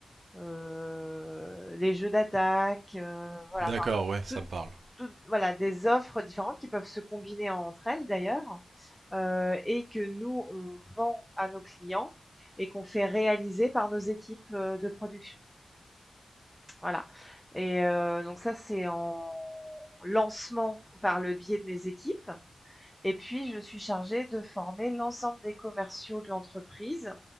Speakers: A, in the centre; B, on the right.
A: heu, les jeux d'attaque, heu, voilà,
B: D'accord,
A: enfin
B: ouais, ça
A: toutes
B: me parle.
A: toutes voilà des offres différentes qui peuvent se combiner entre elles d'ailleurs, heu et que nous on vend à nos clients et qu'on fait réaliser par nos équipes, euh, de production. Voilà et heu, donc ça c'est en lancement par le biais de mes équipes et puis, je suis chargée de former l'ensemble des commerciaux de l'entreprise